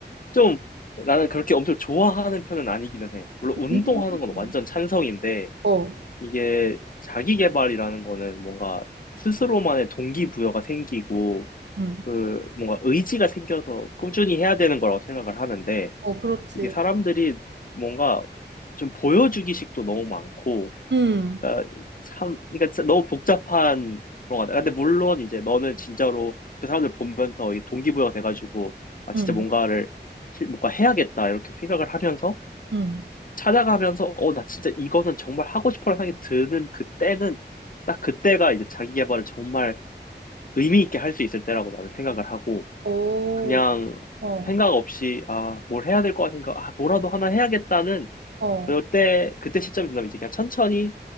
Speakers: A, on the left (about 50°); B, on the right (about 75°).
A: 좀 나는 그렇게 엄청 좋아하는 편은 아니기는 해. 물론 운동하는
B: 음.
A: 건 완전 찬성인데
B: 어,
A: 이게 자기계발이라는 거는 뭔가 스스로만의 동기부여가 생기고
B: 음,
A: 그 뭔가 의지가 생겨서 꾸준히 해야 되는 거라고 생각을 하는데
B: 어, 그렇지.
A: 이게 사람들이 뭔가 좀 보여주기식도 너무 많고
B: 음,
A: 그러니까 참, 그러니까 너무 복잡한 그런 것 같아. 근데 물론 이제 너는 진짜로 그 사람들 보면서 이 동기부여가 돼가지고, 아,
B: 음,
A: 진짜 뭔가를, 실- 뭔가 해야겠다, 이렇게 생각을 하면서,
B: 음.
A: 찾아가면서, 어, 나 진짜 이거는 정말 하고 싶어라는 생각이 드는 그때는, 딱 그때가 이제 자기 개발을 정말 의미 있게 할 수 있을 때라고 나는 생각을 하고,
B: 오,
A: 그냥
B: 어,
A: 생각 없이, 아, 뭘 해야 될 것 같은가, 아, 뭐라도 하나 해야겠다는,
B: 어,
A: 그때, 그때 시점이 지나면 이제 그냥 천천히